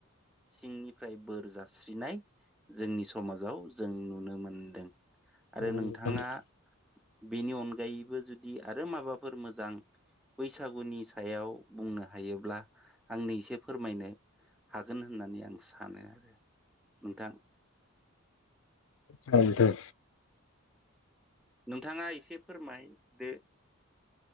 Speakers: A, in the centre; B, on the left (about 70°).
A: सिंनिफ्राय बोर जास्रिनाय जोंनि समाजाव जों नुनो मोनदों । आरो
B: नंगौ
A: नोंथांङा
B: नोंथां
A: बेनि अनगायैबो जुदि आ रो माबाफोर मोजां बैसागुनि सायाव बुंनो हायोब्ला आंनो एसे फोरमायनो हागोन होननानै आं सानो आरो नोंथां
B: उम नोंथां
A: नोंथाङा एसे फोरमायदो।